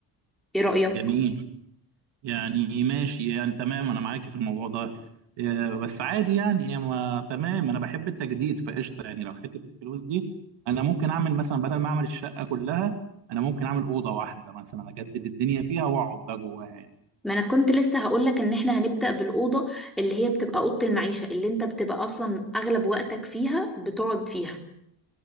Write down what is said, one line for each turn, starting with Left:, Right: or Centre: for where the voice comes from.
Centre: ايه رأيك؟
Right: جميل يعني ماشي يعني تمام انا معاك في الموضوع ده آه، بس عادي يعني يعني ما تمام انا بحب التجديد فقشطه يعني لو حته الفلوس دي انا ممكن اعمل مثلا بدل ما اعمل الشقه كلها انا ممكن اعمل اوضه واحده مثلا اجدد الدنيا فيها واقعد بقى جواها يعني.
Centre: ما انا كنت لسه هقولك ان احنا هنبدأ بالأوضة اللي هي بتبقى أوضة المعيشة اللي انت بتبقى اصلا اغلب وقتك فيها بتقعد فيها